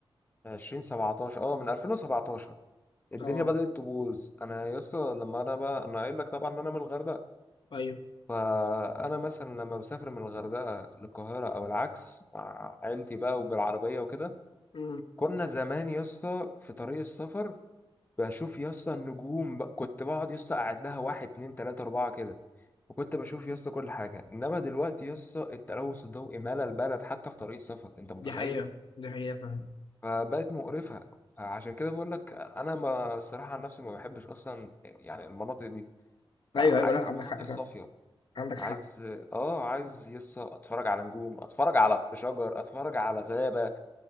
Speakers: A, on the left; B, on the left.
A: عشرين سبعتاشر أه من ألفين وسبعتاشر الدنيا
B: اه
A: بدأت تبوظ انا يسطا لما انا بقى انا قايل لك طبعا ان انا من الغردقه
B: ايوه
A: فانا مثلا لما بسافر من الغردقه للقاهره او العكس مع عيلتي بقى وبالعربيه وكده
B: امم
A: كنا زمان يسطا في طريق السفر بشوف يسطا النجوم بقى. كنت بقعد يسطا اقعد لها واحد اتنين تلاته اربعه كده وكنت بشوف يسطا كل حاجه انما دلوقتي يسطا التلوث الضوئي مال البلد حتى في طريق السفر انت متخيل
B: دي حقيقه دي حقيقه فعلا
A: فبقت مقرفه فعشان كده بقول لك انا ما الصراحه عن نفسي ما بحبش اصلا يعني المناطق دي
B: ايوه
A: عايز
B: ايوه لا عندك
A: مناطق
B: حق فعلا
A: صافية
B: عندك
A: عايز
B: حق
A: اه عايز يسا اتفرج على نجوم اتفرج على شجر اتفرج على غابة